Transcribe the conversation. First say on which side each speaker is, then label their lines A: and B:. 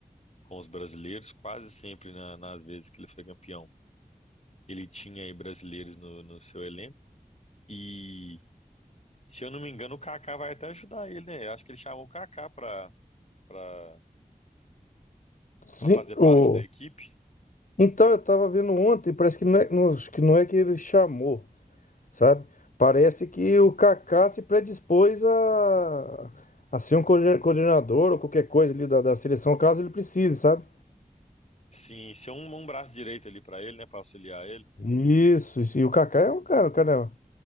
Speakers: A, on the left; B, on the left.
A: com os brasileiros, quase sempre na- nas vezes que ele foi campeão. Ele tinha aí brasileiros no, no seu elenco. E, se eu não me engano, o Kaká vai até ajudar ele, né? Eu Acho que ele chamou o Kaká pra, pra,
B: Sim,
A: pra fazer
B: o...
A: parte da equipe.
B: Então eu tava vendo ontem, parece que não é, não, acho que não é que ele chamou, sabe? Parece que o Kaká se predispôs a, a ser um coorden- coordenador ou qualquer coisa ali da, da seleção, caso ele precise, sabe?
A: Sim, ser um, um braço direito ali pra ele, né, pra auxiliar ele.
B: Isso, isso. E o Kaká é um cara, um cara, é um